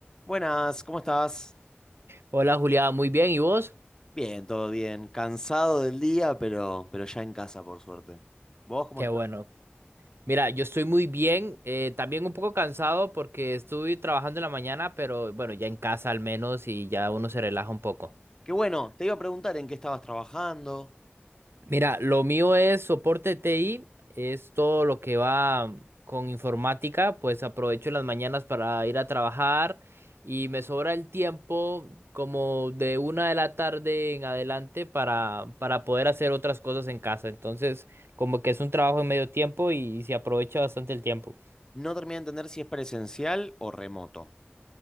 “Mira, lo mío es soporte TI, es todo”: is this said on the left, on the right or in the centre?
Right